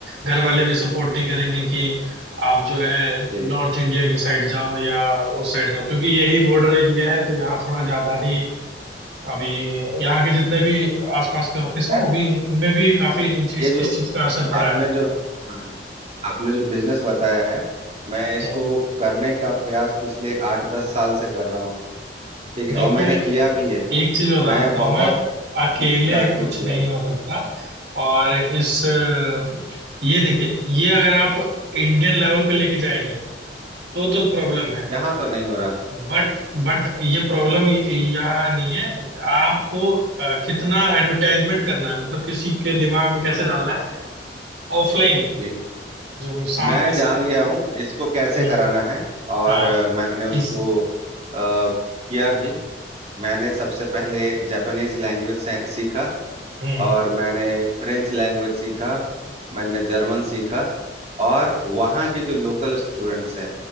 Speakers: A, on the right (about 80°); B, on the right (about 40°).
A: घर वाले भी सपोर्ट नहीं करेंगे कि आप जो है
B: ये
A: नॉर्थ इंडिया की साइड जाओ या उस साइड जाओ क्योंकि यही बॉर्डर एरिया है तो यहाँ थोड़ा ज्यादा ही अभी
B: ये
A: यहाँ के जितने भी आसपास के ऑफिस हैं
B: खैर,
A: वो भी उनमें भी काफी इन- इस,
B: ये जो
A: इस चीज का असर पड़ा
B: आपने
A: है
B: जो हाँ जी आपने जो बिजनेस बताया है मैं इसको
A: हम्म।
B: करने का प्रयास पिछले आठ दस साल से कर रहा हूँ ठीक है
A: देखिए
B: और मैंने किया भी है
A: एक चीज बताता
B: मैं बहुत
A: हूँ मैं अकेले
B: डीप जाके
A: कुछ
B: किया
A: नहीं
B: है मैं
A: हो सकता और इस अ, ये देखिए ये अगर आप इंडियन लेवल पे लेके जाएंगे तो तो प्रॉब्लम है
B: यहाँ तो नहीं हो रहा
A: बट बट ये प्रॉब्लम यहाँ नहीं है आपको अ, कितना एडवर्टाइजमेंट करना है मतलब किसी के दिमाग में कैसे डालना है ऑफलाइन
B: कि
A: जो वो सामने
B: मैं
A: से
B: जान
A: देखे
B: गया हूँ इसको
A: हम्म
B: कैसे कराना है और
A: हाँ
B: अ, मैंने उसको
A: इस
B: अ, किया भी मैंने सबसे पहले जापानीज लैंग्वेज सीखा
A: हम्म
B: और मैंने फ्रेंच लैंग्वेज सीखा मैंने जर्मन सीखा और वहाँ के जो लोकल स्टूडेंट्स हैं